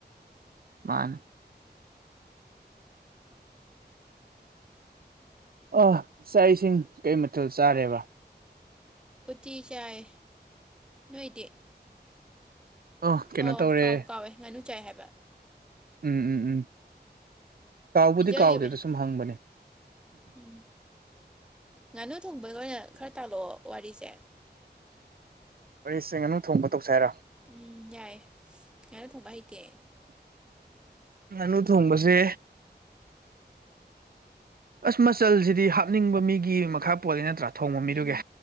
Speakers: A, on the right (about 60°); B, in the centre.
A: ꯃꯥꯅꯦ ꯑꯥ ꯆꯥꯛ ꯏꯁꯤꯡ ꯀꯩ ꯃꯊꯦꯜ ꯆꯥꯔꯦꯕ
B: ꯎꯇꯤ ꯆꯥꯏ ꯅꯣꯏꯗꯤ
A: ꯑꯥ ꯀꯩꯅꯣ
B: ꯑꯣ
A: ꯇꯧꯔꯦ
B: ꯀꯥꯎꯕ ꯀꯥꯎꯋꯦ ꯉꯥꯅꯨ ꯆꯥꯏ ꯍꯥꯢꯕ
A: ꯎꯝ ꯎꯝ ꯎꯝ ꯀꯥꯎꯕꯨꯗꯤ
B: ꯄꯤꯖꯈꯤꯕꯅꯦ
A: ꯀꯥꯎꯗꯦꯗ ꯁꯨꯝ ꯍꯪꯕꯅꯦ
B: ꯎꯝ ꯉꯥꯅꯨ ꯊꯣꯡꯕꯒꯤ ꯑꯣꯏꯅ ꯈꯔ ꯇꯥꯜꯂꯛꯑꯣ ꯋꯥꯔꯤꯁꯦ
A: ꯋꯥꯔꯤꯁꯦ ꯉꯥꯅꯨ ꯊꯣꯡꯕ ꯇꯧꯁꯦ ꯍꯥꯏꯔꯥ
B: ꯎꯝ ꯌꯥꯏꯌꯦ ꯉꯥꯅꯨ ꯊꯣꯡꯕ ꯍꯩꯇꯦ ꯑꯩ
A: ꯉꯥꯅꯨ ꯊꯣꯡꯕꯁꯦ ꯑꯁ ꯃꯆꯜꯁꯤꯗꯤ ꯍꯥꯞꯅꯤꯡꯕ ꯃꯤꯒꯤ ꯃꯈꯥ ꯄꯣꯜꯂꯤ ꯅꯠꯇ꯭ꯔꯥ ꯊꯣꯡꯕ ꯃꯤꯗꯨꯒꯤ
B: ꯎꯝ